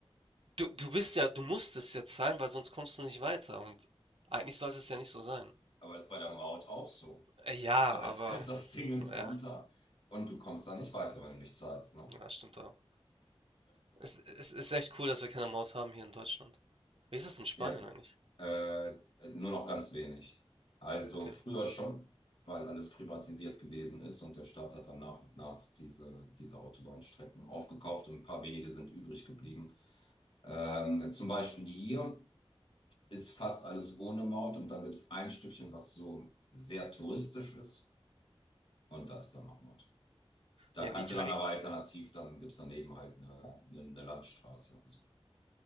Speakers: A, on the right; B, on the left.
A: du, du bist ja, du musst es jetzt sein, weil sonst kommst du nicht weiter. Und eigentlich sollte es ja nicht so sein.
B: Aber das ist bei der Maut auch so.
A: Äh, Ja,
B: Da
A: aber
B: ist das, das Ding ist
A: ja,
B: runter. Und du kommst da nicht weiter, wenn du nicht zahlst, ne?
A: das stimmt auch. Es, es ist echt cool, dass wir keine Maut haben hier in Deutschland. Wie ist es in Spanien
B: Ja,
A: eigentlich?
B: äh, nur noch ganz wenig. Also
A: Okay.
B: früher schon, weil alles privatisiert gewesen ist und der Staat hat dann nach und nach diese, diese Autobahnstrecken aufgekauft und ein paar wenige sind übrig geblieben. Ähm, zum Beispiel hier ist fast alles ohne Maut und dann gibt es ein Stückchen, was so sehr touristisch ist und da ist dann noch Maut. Da
A: Ja, in
B: kannst
A: Italien,
B: du dann aber alternativ, dann gibt es daneben halt eine, eine, eine Landstraße. Also,